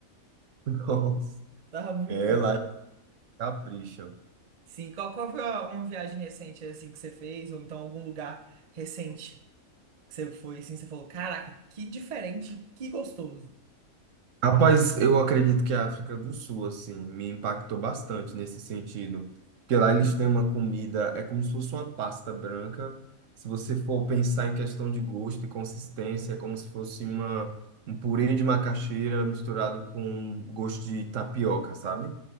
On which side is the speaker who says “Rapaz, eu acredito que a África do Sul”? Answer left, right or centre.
Right